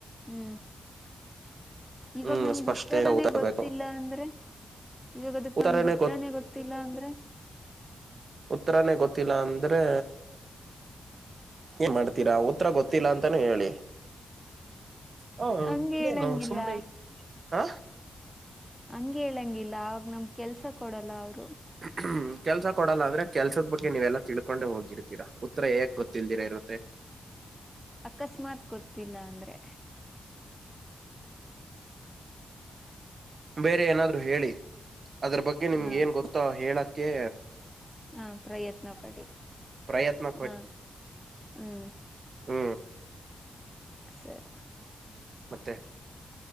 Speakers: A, in the centre; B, on the right (about 50°).
A: ಹ್ಮ ಇವಾಗ
B: ಹ್ಮ್
A: ನಮ್ಗ
B: ಸ್ಪಷ್ಟೆ
A: ಉತ್ತರನೇ
B: ಉತ್ತರಬೇಕು
A: ಗೊತ್ತಿಲ್ಲ ಅಂದ್ರೆ ಇವಾಗ ಅದಕ್
B: ಉತ್ತರನೇ
A: ನಮಗ ಉತ್ರಾನೆ
B: ಗೊ
A: ಗೊತ್ತಿಲ್ಲ ಅಂದ್ರೆ
B: ಉತ್ತರಾನೇ ಗೊತ್ತಿಲ್ಲ ಅಂದ್ರೆ ಏನ್ ಮಾಡ್ತೀರಾ. ಹತ್ರ ಗೊತ್ತಿಲ್ಲ ಅಂತಾನೇ ಹೇಳಿ. ಹ
A: ಹಂಗ
B: ಇನ್ನೇನು
A: ಹೇಳಂಗಿಲ್ಲ
B: ಸುಮ್ನೆ ಹ
A: ಹಂಗ ಹೇಳಂಗಿಲ್ಲ ಅವಾಗ ನಮ ಕೆಲ್ಸ ಕೊಡಲ್ಲ ಅವರು
B: ಹ್ಮ ಕೆಲ್ಸ ಕೊಡಲ್ಲ ಅಂದ್ರೆ ಕೆಲ್ಸದ ಬಗ್ಗೆ ನೀವೆಲ್ಲಾ ತಿಳ್ಕೊಂಡೆ ಹೋಗಿರ್ತೀರಾ ಉತ್ತರ ಹೇಕ್ ಗೊತ್ತಿಲ್ದಿರ ಇರುತ್ತೆ.
A: ಅಕಸ್ಮಾತ್ ಗೊತ್ತಿಲ್ಲ ಅಂದ್ರೆ
B: ಬೇರೆ ಏನಾದ್ರು ಹೇಳಿ ಅದ್ರ ಬಗ್ಗೆ ನಿಮ್ಗೆ
A: ಹ
B: ಏನ್ ಗೊತ್ತೋ ಹೇಳಕ್ಕೆೆ
A: ಹಾ ಪ್ರಯತ್ನ ಪಡಿ
B: ಪ್ರಯತ್ನ
A: ಹ್ಮ ಹ್ಮ
B: ಹ್ಮ
A: ಸರಿ.
B: ಮತ್ತೆ